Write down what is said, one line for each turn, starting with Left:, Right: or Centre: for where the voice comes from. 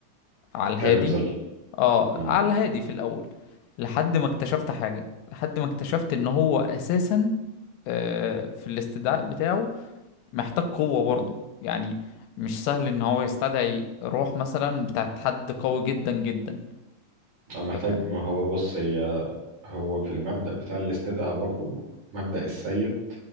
Left: على الهادي
Right: كانت زل
Left: اه
Right: امم
Left: على الهادي في الاول لحد ما اكتشفت حاجة لحد ما اكتشفت ان هو اساسا آه، في الاستدعاء بتاعه محتاج قوة برضه يعني مش سهل ان هو يستدعي روح مثلا بتاعت حد قوي جدا جدا
Right: أنا محتاج
Left: انت فاهم
Right: ما هو بص هي هو في المبدأ بتاع الاستدعاء برضو مبدأ السيد